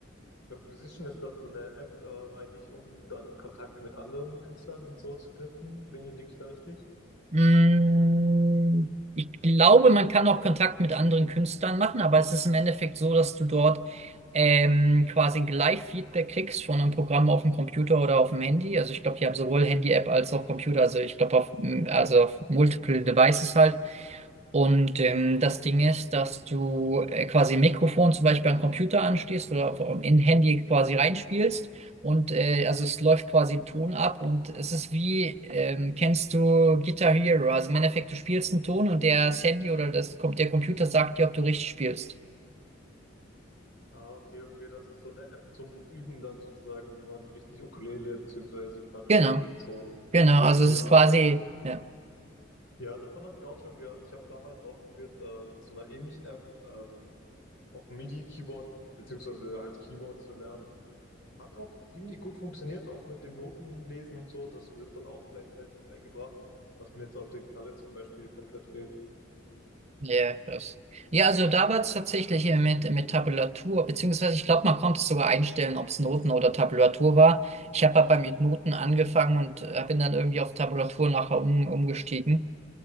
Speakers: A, on the left; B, on the right.
A: Ich glaube, Musician ist doch so eine App, äh, meine ich, um dann Kontakt mit anderen Künstlern und so zu knüpfen. Wenn, liege ich da richtig?
B: Mm, ich glaube, man kann auch Kontakt mit anderen Künstlern machen, aber es ist im Endeffekt so, dass du dort ähm, quasi ein Live-Feedback kriegst von einem Programm auf dem Computer oder auf dem Handy. Also ich glaube, die haben sowohl Handy-App als auch Computer, also ich glaube auf, also auf Multiple Devices halt. Und ähm, das Ding ist, dass du äh, quasi ein Mikrofon zum Beispiel am Computer anschließt oder vom- in Handy quasi reinspielst. Und äh, also es läuft quasi im Ton ab und es ist wie, ähm, kennst du Guitar Hero? Also im Endeffekt, du spielst einen Ton und der das Handy oder das, Com- der Computer sagt dir, ob du richtig spielst.
A: Ah, okay, okay, das ist so eine App zum Üben dann sozusagen, wie man richtig Ukulele beziehungsweise Gitarre
B: Genau,
A: spielt und so.
B: genau. Also
A: Ja,
B: es ist quasi, ja.
A: ja, davon habe ich auch schon gehört. Ich habe damals auch probiert, äh, mit so einer ähnlichen App ähm, auf MIDI-Keyboard äh, beziehungsweise halt Keyboard zu lernen. Hat auch ziemlich gut funktioniert, auch mit dem Notenlesen und so. Das wird dann auch gleichzeitig beigebracht, was mir jetzt auf der Gitarre zum Beispiel komplett fehlt.
B: Ja, krass. Ja, also da war es tatsächlich hier mit, mit Tabulatur, beziehungsweise ich glaube, man konnte es sogar einstellen, ob es Noten oder Tabulatur war. Ich habe aber mit Noten angefangen und äh, bin dann irgendwie auf Tabulatur nachher um, umgestiegen.